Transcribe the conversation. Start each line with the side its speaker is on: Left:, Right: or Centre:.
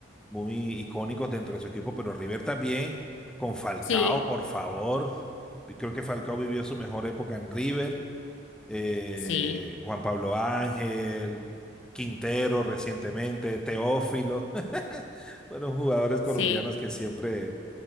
Centre: muy icónicos dentro de su equipo, pero River también con Falcao,
Left: sí,
Centre: por favor. Y Creo que Falcao vivió su mejor época en River. Eh,
Left: sí,
Centre: Juan Pablo Ángel, Quintero recientemente, Teófilo. <laughs> Fueron jugadores colombianos
Left: sí,
Centre: que siempre